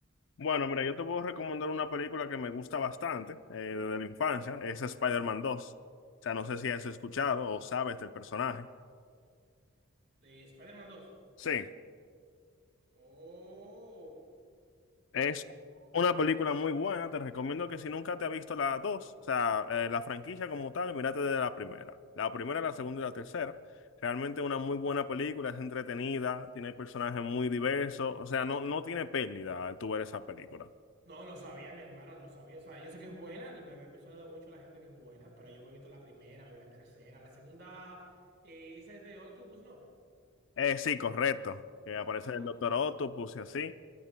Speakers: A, on the left; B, on the right.
A: Bueno, mira, yo te puedo recomendar una película que me gusta bastante eh, desde la infancia. Es Spider-Man 2. O sea, no sé si has escuchado o sabes del personaje.
B: Eh, Spider-Man 2.
A: Sí,
B: Oh,
A: es
B: oh, no.
A: una película muy buena. Te recomiendo que si nunca te has visto la 2, o sea, eh, la franquicia como tal, mírate de la primera. La primera, la segunda y la tercera. Realmente una muy buena película, es entretenida, tiene personajes muy diversos. O sea, no, no tiene pérdida al tú ver esa película.
B: No, no sabía, mi hermano, no sabía. O sea, yo sé que es buena, me me ha mencionado mucho la gente que es buena, pero yo me he visto la primera, me vi la tercera, la segunda, eh, esa es de Octopus, ¿no?
A: Eh, sí, correcto. Que aparece
B: Ah,
A: el Doctor Octopus
B: sí.
A: y así.